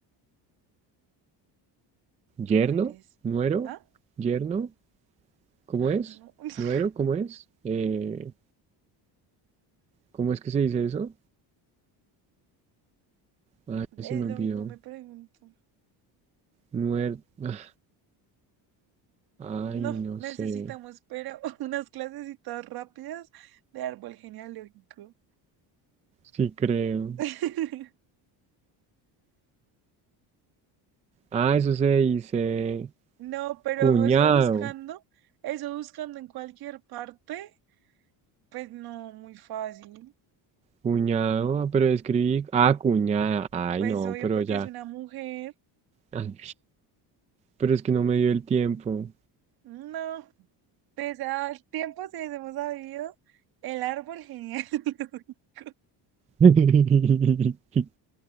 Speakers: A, on the right (about 55°); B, on the right (about 15°).
A: Tú
B: yerno,
A: eres.
B: nuero,
A: ¿Ah?
B: yerno. ¿Cómo
A: Ay,
B: es?
A: no. <laughs>
B: ¿Nuero? ¿Cómo es? Eh, ¿cómo es que se dice eso? Ay,
A: Es
B: se me olvidó.
A: lo mismo, me pregunto.
B: Nuer... <sighs> Ay,
A: No,
B: no
A: necesitamos,
B: sé.
A: pero <laughs> unas clasecitas rápidas de árbol genealógico.
B: Sí creo.
A: <laughs>
B: Ah, eso se dice
A: No, pero
B: cuñado,
A: eso buscando, eso buscando en cualquier parte, pues no, muy fácil.
B: cuñado, ah, pero escribí, ah, cuñada, ay
A: Pues
B: no,
A: obvio,
B: pero
A: porque
B: ya,
A: es una mujer.
B: ay, pero es que no me dio el tiempo.
A: No, pese al tiempo, si hemos sabido, el árbol genial. <laughs>
B: <laughs>